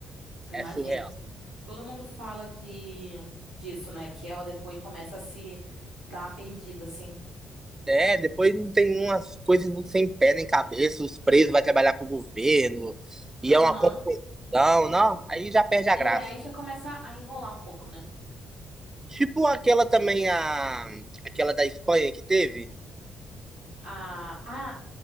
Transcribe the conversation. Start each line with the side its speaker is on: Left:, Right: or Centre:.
Left: Imagino.
Right: É surreal.
Left: Todo mundo fala de disso, né? Que ela depois começa a se dar a perdida, assim.
Right: É, depois não tem umas coisas não sem pé nem cabeça, os presos vai trabalhar pro governo, e
Left: Aham.
Right: é uma confusão, não, aí já perde a
Left: É,
Right: graça.
Left: aí já começa a enrolar um pouco, né?
Right: Tipo aquela também, a, aquela da Espanha que teve,
Left: A. A.